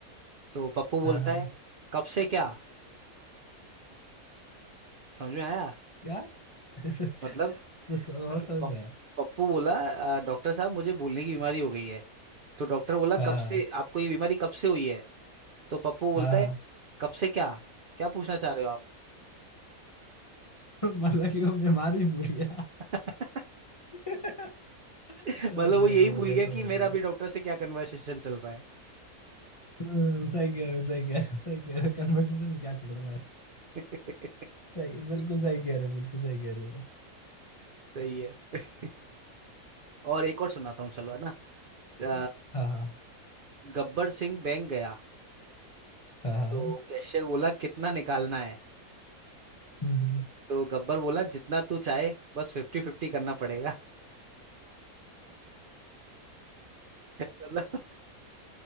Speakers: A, on the right; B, on the left.
A: तो पप्पू
B: हाँ
A: बोलता
B: हाँ
A: है कब से क्या समझ में आया
B: क्या <laughs> तो
A: मतलब
B: स- और समझ
A: पप-
B: नहीं आया
A: पप्पू बोला "आ, डॉक्टर साहब मुझे भूलने की बीमारी हो गई है तो डॉक्टर बोला
B: हाँ
A: कब से आपको ये बीमारी कब से हुई है तो पप्पू बोलता
B: हाँ हाँ
A: है
B: हाँ।
A: कब से क्या क्या पूछना चाह रहे हो आप
B: <laughs> मतलब कि वो बीमारी भूल गया
A: <laughs>
B: <laughs>
A: मतलब
B: समझ गया
A: वो यही
B: समझ
A: भूल
B: गया
A: गया
B: समझ
A: कि मेरा
B: गया
A: अभी डॉक्टर से क्या कन्वर्सेशन चल रहा है
B: हम्म, सही कह रहे हो सही कह रहे हो सही कह रहे हो कन्वर्सेशन क्या चल रहा है
A: <laughs>
B: सही बिल्कुल सही कह रहे हो बिल्कुल सही कह रहे हो
A: सही है <laughs> और एक और सुनाता हूँ चलो है ना अ,
B: <laughs> हाँ हाँ
A: गब्बर सिंह बैंक गया
B: हाँ हाँ
A: तो कैशियर बोला कितना निकालना है
B: हम्म,
A: तो गब्बर बोला जितना तू चाहे बस फिफ्टी फिफ्टी करना पड़ेगा मतलब